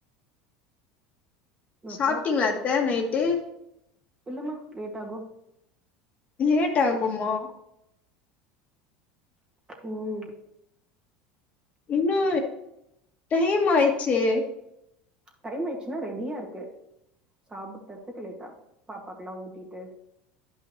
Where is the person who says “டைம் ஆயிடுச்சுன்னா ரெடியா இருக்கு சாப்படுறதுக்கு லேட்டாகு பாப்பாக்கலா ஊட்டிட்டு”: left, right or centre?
Right